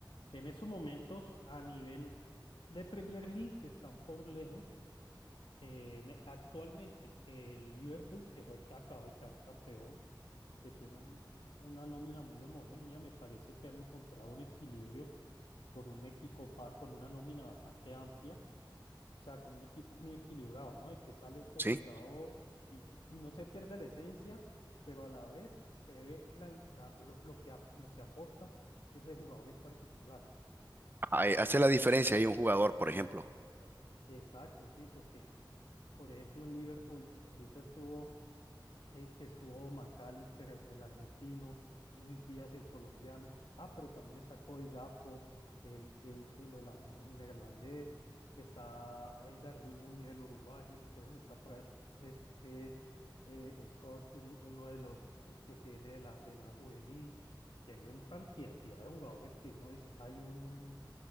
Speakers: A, on the left (about 85°); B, on the right (about 25°).
A: En esos momentos, a nivel de Premier League, están por lejos. eh, en- actualmente, el Liverpool, que fue que acaba de quedar campeón, que tiene un- una nómina muy homogénea, me parece que han encontrado un equilibrio con un equipo, ba- con una nómina bastante amplia, o sea, como un equipo muy equilibrado, ¿no? De que sale este
B: ¿Sí?
A: jugador y, y- y no se pierde la esencia, pero a la vez se ve la, la- lo, lo que, ap- lo que aporta ese jugador en particular.
B: Ahí hace la diferencia ahí un jugador, por ejemplo,
A: Exacto, sí, porque, por ejemplo, en Liverpool, ahorita estuvo, eh, eh, que estuvo McAllister, el argentino, Luis Díaz, el colombiano, ah, pero también está Cody Gakpo, el, el, el, holand- el neerlandés, está eh, Darwin Núñez, el uruguayo, entonces está por ahí es, es- eh, eh, Scholes, un- uno de los de, de que viene de la, de la juvenil, y hay una cantidad de jugadores que uno dice, hay un